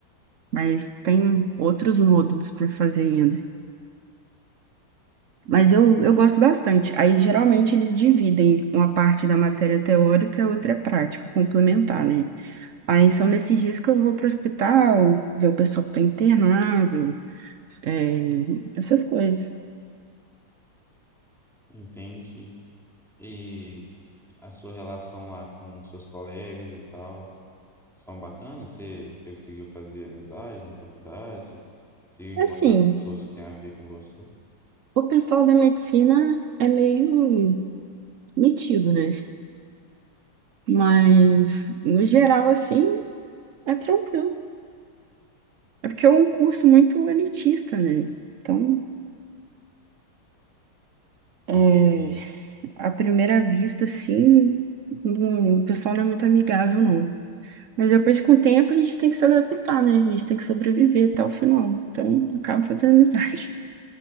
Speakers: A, on the right; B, in the centre.
A: Mas tem outros módulos para fazer ainda. Mas eu, eu gosto bastante. Aí, geralmente, eles dividem uma parte da matéria teórica e outra é prática, complementar, né? Aí, são nesses dias que eu vou para o hospital, ver o pessoal que está internado, é, essas coisas.
B: entende E a sua relação lá com seus colegas e tal, são bacanas? Você, você conseguiu fazer amizade na faculdade? Conseguiu encontrar
A: Assim,
B: pessoas que têm a ver com você?
A: o pessoal da medicina é meio metido, né? Mas, no geral, assim, é tranquilo. É porque é um curso muito elitista, né? Então,
B: Com
A: é
B: certeza.
A: À primeira vista, assim, não- o pessoal não é muito amigável, não. Mas depois, com o tempo, a gente tem que se adaptar, né? A gente tem que sobreviver até o final. Então, acaba fazendo amizade.